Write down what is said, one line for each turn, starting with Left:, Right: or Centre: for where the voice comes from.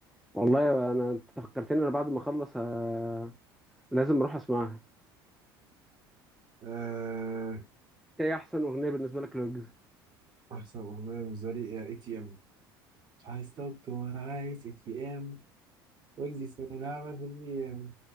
Centre: والله انا أنت فكرتني انا بعد ما اخلص ه... لازم اروح اسمعها
Right: آه
Centre: هي احسن اغنية بالنسبة لك لوجز
Right: احسن اغنية بالنسبة لي اي تي ام مش عايز دكتور عايز اي تي ام واجزي سنة العمل في الاي